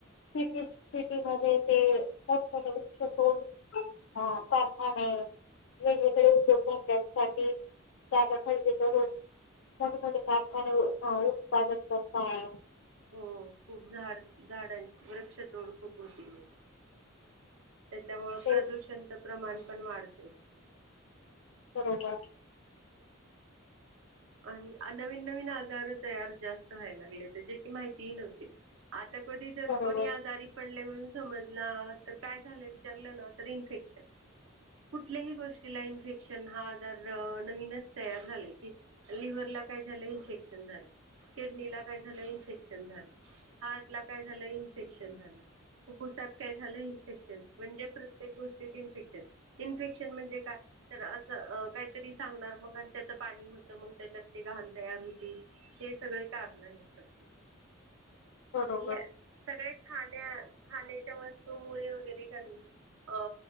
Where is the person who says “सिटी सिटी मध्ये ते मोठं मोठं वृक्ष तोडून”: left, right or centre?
Left